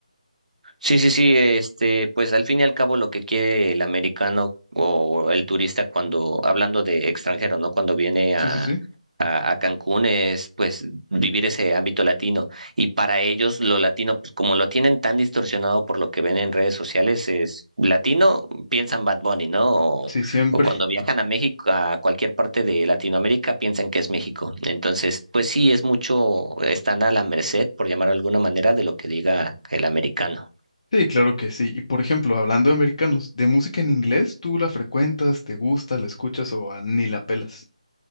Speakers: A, on the right; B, on the left.
A: Sí, sí, sí, este, pues al fin y al cabo lo que quiere el americano o el turista cuando, hablando de extranjero, ¿no? Cuando viene
B: Sí,
A: a,
B: sí, sí.
A: a, a Cancún es pues vivir ese ámbito latino. Y para ellos lo latino, pues como lo tienen tan distorsionado por lo que ven en redes sociales, es latino, piensan Bad Bunny, ¿no? O,
B: Sí, siempre.
A: o cuando viajan a México, a cualquier parte de Latinoamérica, piensan que es México. Entonces, pues sí, es mucho, están a la merced, por llamarlo de alguna manera, de lo que diga el americano.
B: Sí, claro que sí. Y por ejemplo, hablando de americanos, ¿de música en inglés tú la frecuentas, te gusta, la escuchas o ah, ni la pelas?